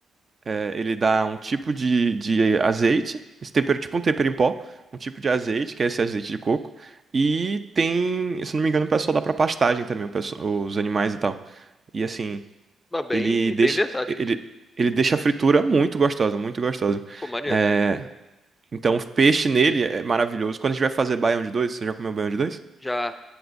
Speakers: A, on the right; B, on the left.
A: É, ele dá um tipo de, de azeite, esse tempero, tipo um tempero em pó, um tipo de azeite, que é esse azeite de coco, e tem, se não me engano, o pessoal dá pra pastagem também, o pessoal- os animais e tal. E assim,
B: mas bem,
A: ele deixa,
B: bem versátil.
A: ele, ele deixa a fritura muito gostosa, muito gostosa.
B: Pô, maneiro.
A: É, então, o peixe nele é maravilhoso. Quando a gente vai fazer baião de dois, você já comeu baião de dois?
B: Já,